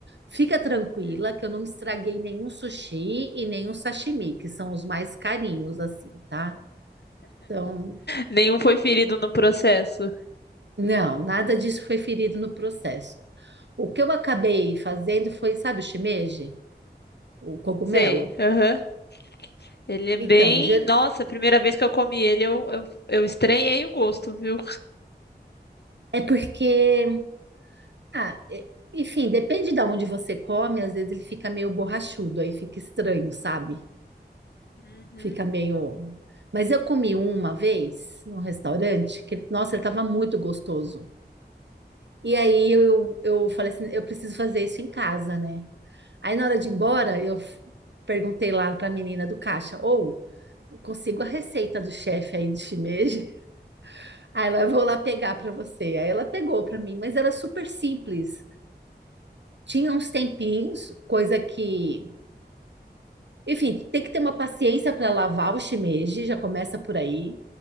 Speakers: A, on the right (about 85°); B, on the left (about 70°).
A: fica tranquila
B: Hum.
A: que eu não estraguei nenhum sushi e nenhum sashimi, que são os mais carinhos, assim, tá? Então,
B: Nenhum foi ferido no processo.
A: não, nada disso foi ferido no processo. O que eu acabei fazendo foi, sabe, o shimeji, o cogumelo?
B: Sei, aham. Ele é
A: Então,
B: bem.
A: ge-
B: Nossa, a primeira vez que eu comi ele, eu, eu, eu estranhei o gosto, viu?
A: é porque, ah, e- enfim, depende de onde você come, às vezes ele fica meio borrachudo, aí fica estranho, sabe?
B: Uhum.
A: Fica meio. Mas eu comi uma vez num restaurante que, ele- nossa, ele estava muito gostoso. E aí eu, eu falei assim, eu preciso fazer isso em casa, né? Aí na hora de ir embora, eu f- perguntei lá para a menina do caixa, ou eu consigo a receita do chefe aí do shimeji. <laughs> Aí ela, eu vou lá pegar para você. Aí ela pegou para mim, mas era super simples. Tinha uns tempinhos, coisa que, enfim, tem que ter uma paciência para lavar o shimeji, já começa por aí,